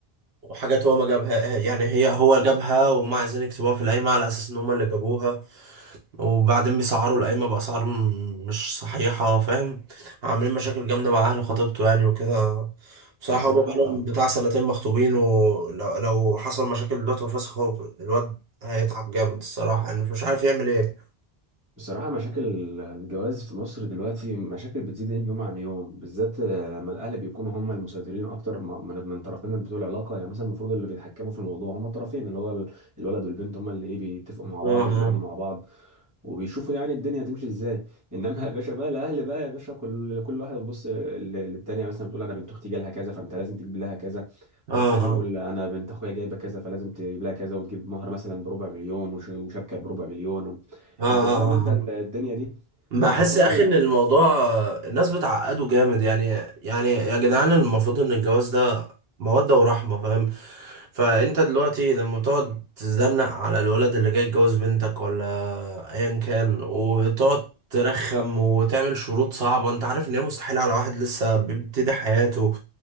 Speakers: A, on the right; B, on the right.
A: وحاجات هو ما جابها يعني هي هو جابها وما عايزين يكتبوها في القايمه على اساس ان هم اللي جابوها وبعدين بيسعروا القايمة بأسعار م- مش صحيحة فاهم عاملين مشاكل جامدة مع أهل خطيبته يعني وكده بصراحة
B: بصراحة
A: هما بقالهم بتاع سنتين مخطوبين ولو لو حصل مشاكل دلوقتي وفسخ هو الواد هيتعب جامد الصراحة يعني مش عارف يعمل ايه
B: بصراحة مشاكل الجواز في مصر دلوقتي مشاكل بتزيد يوم عن يوم بالذات لما الأهل بيكونوا هم المسيطرين أكتر م- من من طرفين بتوع العلاقة يعني مثلا المفروض اللي بيتحكموا في الموضوع هم الطرفين اللي هو ال- الولد والبنت هم اللي إيه بيتفقوا مع
A: اه
B: بعض وبيقعدوا مع بعض وبيشوفوا يعني الدنيا هتمشي ازاي <laughs> انما يا باشا بقى الاهل بقى يا باشا كل كل واحد بيبص ل- للتانيه مثلا بتقول انا بنت اختي جالها كذا فانت لازم تجيب لها كذا
A: اه
B: والتاني
A: اه
B: يقول
A: اه
B: انا بنت اخويا جايبه كذا فلازم تجيب لها كذا وتجيب مهر مثلا بربع مليون وش- وشبكه بربع مليون و...
A: اه اه
B: انت فاهم انت ال-
A: آه.
B: الدنيا دي
A: بحس
B: وطبعا
A: يا اخي ان الموضوع آه، الناس بتعقده جامد يعني يعني يا جدعان المفروض ان الجواز ده مودة ورحمة فاهم فانت دلوقتي لما بتقعد تزنق على الولد اللي جاي يتجوز بنتك ولا ايا كان وتقعد ترخم وتعمل شروط صعبة انت عارف ان هي مستحيلة على واحد لسه بيبتدي حياته